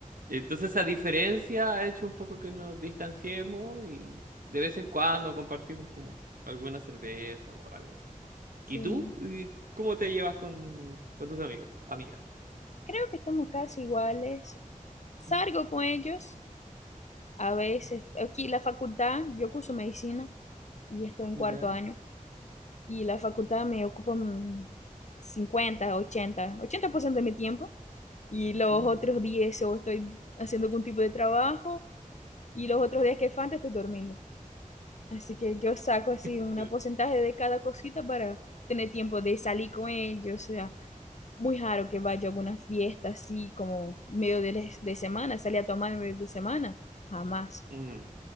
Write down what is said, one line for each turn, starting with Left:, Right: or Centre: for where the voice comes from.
Right: entonces esa diferencia ha hecho un poco que nos distanciemos y de vez en cuando compartimos como alguna cerveza o algo así.
Left: Sí.
Right: ¿Y tú? ¿Y ¿Cómo te llevas con, con tus amigos? Amigas.
Left: Creo que estamos casi iguales. Salgo
Right: Mm,
Left: con ellos a veces.
Right: mm,
Left: Aquí la facultad, yo curso medicina y estoy en
Right: ¿Ya?
Left: cuarto año. Y la facultad me ocupa mm, cincuenta, ochenta ochenta por ciento de mi tiempo. Y los
Right: mm.
Left: otros días o estoy haciendo algún tipo de trabajo. Y los otros días que falta estoy durmiendo. Así que yo saco así
Right: <laughs>
Left: un porcentaje de cada cosita para tener tiempo de salir con ellos, muy raro que vaya a alguna fiesta así como medio de, de semana, salir a tomar en medio de semana, jamás.
Right: Mm,